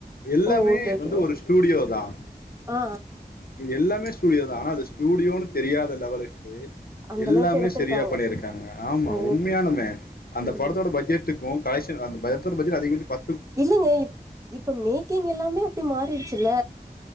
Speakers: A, on the left; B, on the right.
A: எல்லாமே
B: ஓ! ஓகே, ஓகேங்க.
A: வந்து ஒரு ஸ்டுடியோ தான்
B: ஆ
A: எல்லாமே ஸ்டூடியோ தான் ஆனா அது ஸ்டூடியோன்னு தெரியாத லெவலுக்கு
B: அந்த
A: எல்லாமே
B: அளவுக்கு எடுத்திருக்காங்க.
A: சரியா பண்ணிருக்காங்க ஆமா
B: ஓ!
A: உண்மையாலூமே அந்த
B: ம்.
A: படத்தோட பஜட்டுக்கும் கலெஷன் அந்த பஜ்ஜட் அதிகபச் பா
B: இல்லலைங்க இப்ப மேக்கிங் எல்லாமே அப்படி மாறிடுச்சுல்ல